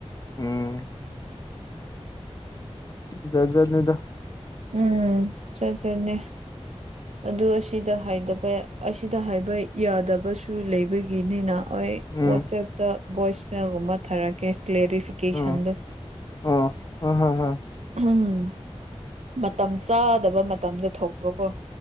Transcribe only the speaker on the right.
ꯎꯝ ꯆꯠ ꯆꯠꯅꯦ ꯑꯗꯨ ꯑꯁꯤꯗ ꯍꯥꯏꯗꯕ ꯑꯁꯤꯗ ꯍꯥꯏꯕ ꯌꯥꯗꯕꯁꯨ ꯂꯩꯕꯒꯤꯅꯤꯅ ꯍꯣꯏ
ꯋꯥꯆꯦꯞꯇ ꯚꯣꯏꯁꯃꯦꯜꯒꯨꯝꯕ ꯊꯥꯔꯛꯀꯦ ꯀ꯭ꯂꯦꯔꯤꯐꯤ ꯀꯦꯁꯟꯗꯣ
ꯎꯝ ꯃꯇꯝ ꯆꯥꯗꯕ ꯃꯇꯝꯗ ꯊꯣꯛꯄꯀꯣ